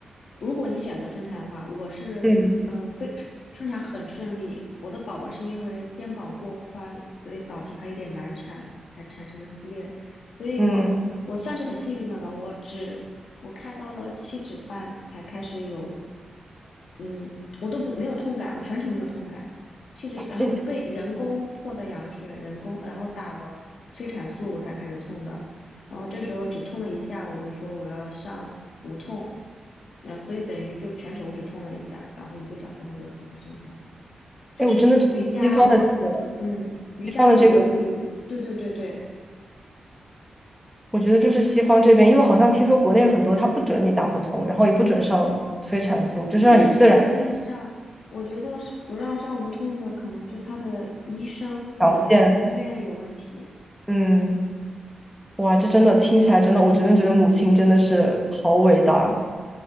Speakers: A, on the left; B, in the centre.
A: 如果你选择顺产的话，我是，
B: 嗯
A: 嗯，非顺产很顺利。我的宝宝是因为肩膀过宽，所以导致他有点难产，才产生的撕裂。所以我我算是很幸运的了，
B: 嗯，
A: 我只我开到了七指半才开始有，嗯，我都不没有痛感，我全程没有痛感。其实然后是被人工破的羊水，
B: 这
A: 人工然后打了催产素，我才开始痛的。然后这时候只痛了一下，我就说我要上无痛，然后所以等于就全程我只痛了一下，然后一个小时后就孩子生出来了。就是瑜伽，
B: 哎，我真的觉得西方的这个
A: 嗯，瑜伽很有助于，
B: 西方的这个，
A: 对对对对，
B: 我觉得就是西方这边，因为好像听说国内很多它不准你打不通，然后也不准上催产素，就是让你自然
A: 可以上呀，可以上。我觉得是不让上无痛的，可能是他的医生或者他的医院有问题。
B: 条件，嗯。哇，这真的听起来真的，我真的觉得母亲真的是好伟大。